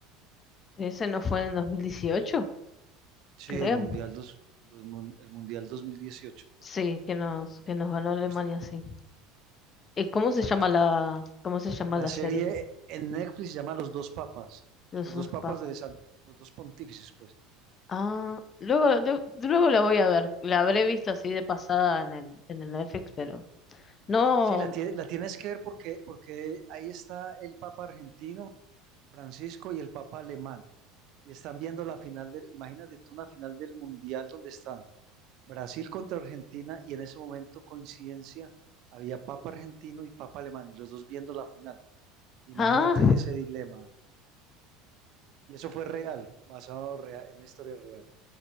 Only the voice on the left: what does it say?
Ese no fue en dos mil dieciocho,
creo.
Sí, que nos, que nos ganó Alemania,
sí. ¿Y cómo
se llama la, cómo se llama la
serie?
Los
dos
papas.
Ah, luego, de- luego la voy a ver. La habré visto así de pasada en el, en el Netflix, pero. No.
Ah.